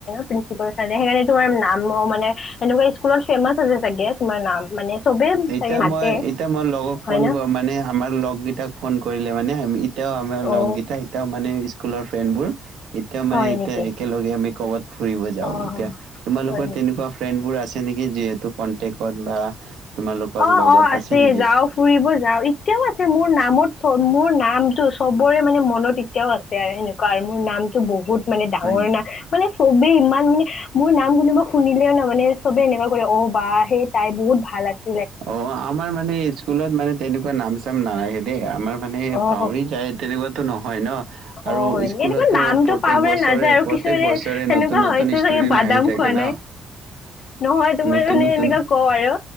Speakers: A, on the left; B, on the right.
A: প্ৰিঞ্চিপাল ছাৰে সেইকাৰণে তোমাৰ নাম মানে সেনেকুৱা স্কুলত ফেমাচ আছে চাগে তোমাৰ নাম মানে চবে
B: এতিয়া
A: চাগে মাতে
B: মই এতিয়া মই লগক ফোন
A: হয় ন
B: মানে আমাৰ লগকেইটাক ফোন কৰিলে মানে এতিয়াও আমাৰ
A: অ
B: লগ গেইটা এতিয়াও মানে স্কুলৰ ফ্ৰেণ্ড বোৰ এতিয়া মানে
A: হয়
B: এতিয়া
A: নেকি
B: একেলগে আমি কৰ'বাত ফুৰিব যাও
A: অ
B: এতিয়া
A: হয়
B: তোমালোকৰ
A: নেকি
B: তেনেকুৱা ফ্ৰেণ্ড বোৰ আছে সেনেকে যিহেতু কনটেক্টত বা তোমালোকৰ
A: অ
B: লগত
A: - অ আছে
B: নেকি
A: যাও ফুৰিব যাও এতিয়াও আছে মোৰ নামত চ মোৰ নাম চবৰে মানে মনত এতিয়াও আছে আৰু সেনেকুৱা আৰু মোৰ নামটো বহুত মানে ডাঙৰ
B: হয় নে
A: নাম মানে চ চবেই ইমান মানে মোৰ নাম কোনোবা শুনিলেও ন মানে চবে এনেকুৱা কৰে অ, বা সেই তাই বহুত ভাল আছে।
B: অ, আমাৰ মানে স্কুলত মানে তেনেকুৱা নাম চাম নাৰখে দেই আমাৰ মানে
A: অ',
B: পাহৰি যায় তেনেকুৱাতো নহয় ন। আৰু
A: অ', হয় নেকি
B: স্কুলতো
A: এনেকুৱা নামটো
B: প্ৰত্যেক
A: পাহৰা
B: বছৰে
A: নাযায় আৰু
B: - প্ৰত্যেক
A: কিছুমানে
B: বছৰে
A: সেনেকুৱা
B: নতুন নতুন
A: হৈছে
B: ষ্টুডেন্ট
A: চাগে বাদাম
B: আহি থাকে।
A: খোৱা নহয়
B: ন
A: তোমাৰ
B: নতুন
A: মানে
B: নতুন
A: এনেকা কও আৰু